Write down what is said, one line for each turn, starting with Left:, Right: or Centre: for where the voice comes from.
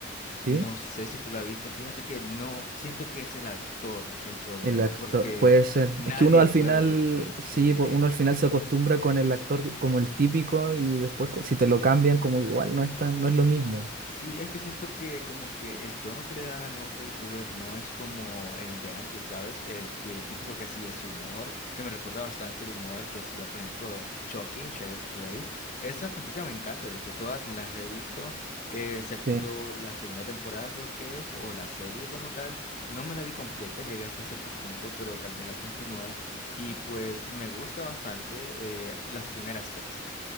Right: sí.
Left: No sé si tú la viste, fíjate que no, siento que es el actor el problema,
Right: El actor,
Left: porque
Right: puede ser.
Left: nadie
Right: Es que uno al
Left: puede,
Right: final,
Left: sí,
Right: sí, po-
Left: <laughs>
Right: uno al final se acostumbra con el actor como el típico y después co- si te lo cambian, como que igual no es tan,
Left: S-
Right: no es lo mismo.
Left: Sí, es que siento que como que el tono que le dan al nuevo Freddy Krueger no es como el de antes, ¿sabes? El que el típico que hacía ese humor, que me recuerda bastante el humor al que hacía, por ejemplo, Chucky en Child's Play. Esa franquicia me encanta, de hecho, todas me las he visto, eh, excepto
Right: Sí,
Left: la segunda temporada, creo que es, o la serie como tal. No me la vi completa, llegué hasta cierto punto, pero tal vez la continúe. Y pues me gusta bastante eh, las primeras tres.